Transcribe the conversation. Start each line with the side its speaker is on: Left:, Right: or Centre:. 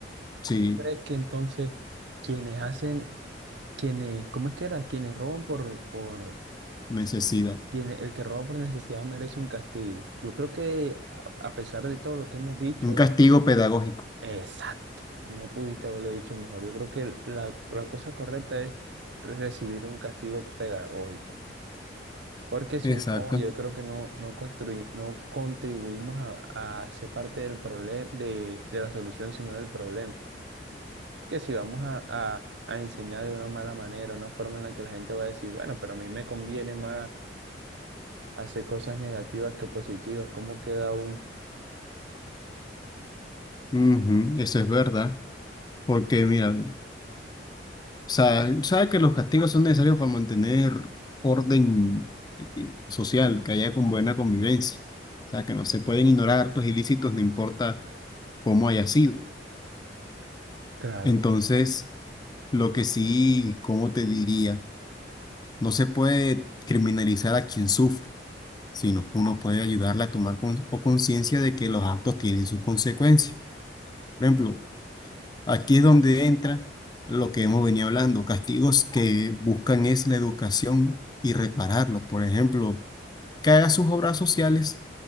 Left: Sí,
Right: ¿Crees que entonces quienes hacen, quienes, ¿cómo es que era? Quienes roban por, por,
Left: necesidad.
Right: quienes el que roba por necesidad merece un castigo. Yo creo que a a pesar de todo lo que hemos dicho,
Left: Un castigo pedagógico.
Right: Exacto, no pudiste haberlo dicho mejor. Yo creo que la, la cosa correcta es recibir un castigo pedagógico, porque si
Left: Exacto.
Right: no, yo creo que no, no, construi- no contribuimos a, a ser parte del problema, de, de la solución, sino del problema. Que si vamos a, a, a enseñar de una mala manera, una forma en la que la gente va a decir, bueno, pero a mí me conviene más hacer cosas negativas que positivas, ¿cómo queda un...
Left: Ujú, Eso es verdad. Porque, mira, o sea, sabe que los castigos son necesarios para mantener orden y- y social, que haya con buena convivencia. O sea, que no se pueden ignorar actos ilícitos, no importa cómo haya sido.
Right: Claro.
Left: Entonces, lo que sí, ¿cómo te diría? No se puede criminalizar a quien sufre, sino que uno puede ayudarle a tomar con- o conciencia de que los actos tienen sus consecuencias. Por ejemplo, Aquí es donde entra lo que hemos venido hablando, castigos que buscan es la educación y repararlos. Por ejemplo, que haga sus obras sociales,